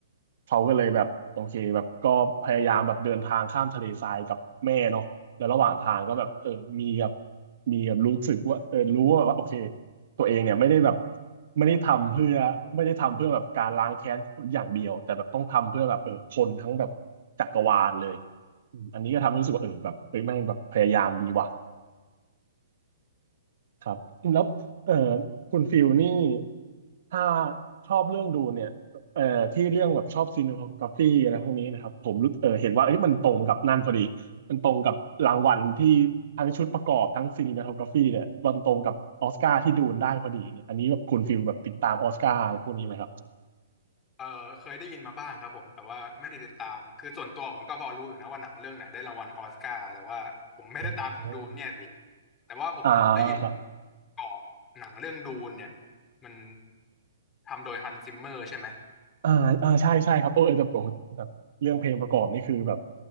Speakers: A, on the right; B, on the left.
A: เขาก็เลยแบบโอเคแบบก็พยายามแบบเดินทางข้ามทะเลทรายกับแม่เนาะแล้วระหว่างทางก็แบบเออมีแบบมีแบบรู้สึกว่าเออรู้ว่าแบบว่าโอเค ตัวเองเนี่ยไม่ได้แบบไม่ได้ทำเพื่อไม่ได้ทำเพื่อแบบการล้างแค้นอย่างเดียวแต่แบบต้องทำเพื่อแบบเออคนทั้งแบบจักรวาลเลยอืมอันนี้ก็ทำให้รู้สึกว่าเออแบบเฮ้ยแม่งแบบพยายามดีว่ะ ครับแล้วเอ่อคุณฟิลนี่ถ้าชอบเรื่องดูเนี่ยเอ่อที่เรื่องแบบชอบซีนิโทกราฟีอะไรพวกนี้นะครับผมรู้เออเห็นว่าเอ้ยมันตรงกับนั่นพอดีมันตรงกับรางวัลที่ทั้งชุดประกอบทั้งซีนิโทกราฟีเนี่ยมันตรงกับออสการ์ที่ดูนได้พอดีเนี่ยอันนี้แบบคุณฟิลแบบติดตามออสการ์อะไรพวกนี้ไหมครับ
B: เออเคยได้ยินมาบ้างครับผมแต่ว่าไม่ได้ติดตามคือส่วนตัวผมก็พอรู้อยู่นะว่าหนังเรื่องไหนได้รางวัลออสการ์แต่ว่าผมไม่ได้ตามของดูนเนี่ยสิ
A: อ๋อ
B: แต่ว่าผมได้ยิน
A: อ่าครับ
B: กรอบหนังเรื่องดูนเนี่ยมันทำโดยฮันซิมเมอร์ใช่ไหม
A: อ่าอ่าใช่ใช่ครับโอ้เออแต่โอ้แบบเรื่องเพลงประกอบนี่คือแบบ